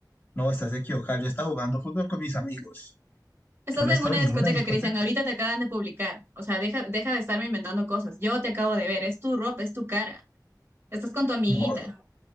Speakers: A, on the left (about 30°); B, on the right (about 35°).
A: no, estás equivocada. Yo estaba jugando fútbol con mis amigos.
B: Estás
A: Yo no
B: en
A: estaba
B: una
A: en ninguna
B: discoteca,
A: discoteca.
B: Cristian. Ahorita te acaban de publicar. O sea, deja, deja de estarme inventando cosas. Yo te acabo de ver. Es tu ropa, es tu cara. Estás con tu amiguita.
A: No,